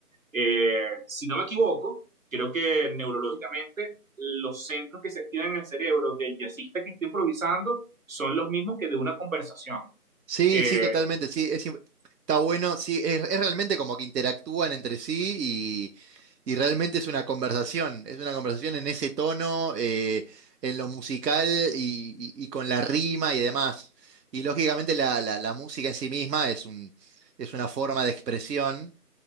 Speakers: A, on the right; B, on the right.
A: Eh, si no me equivoco, creo que neurológicamente los centros que se activan en el cerebro del jazzista que está improvisando son los mismos que de una conversación
B: Sí,
A: eh,
B: sí, totalmente, sí, es, imp- está bueno, sí, es, es realmente como que interactúan entre sí y, y realmente es una conversación, es una conversación en ese tono, eh, en lo musical y, y- y con la rima y demás. Y lógicamente la, la- la música en sí misma es un, es una forma de expresión.